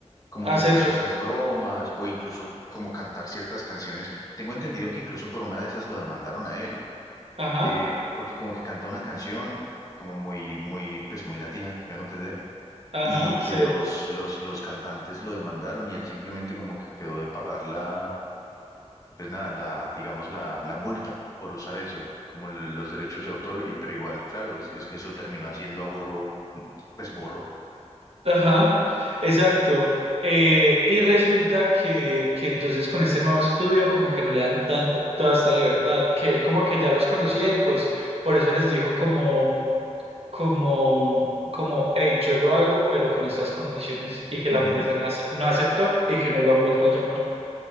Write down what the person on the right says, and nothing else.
a
hacerlos,
ajá,
ajá,
ser,
ajá, exacto. Eh, y resulta que, que entonces con este nuevo estudio como que no le dan tanta, toda esta libertad, que él como que ya los conocía y pues por eso les dijo como... como, como, hey, yo lo hago, pero con estas condiciones y que
la empresa no, ace- no aceptó y que no lo han vuelto a llamar.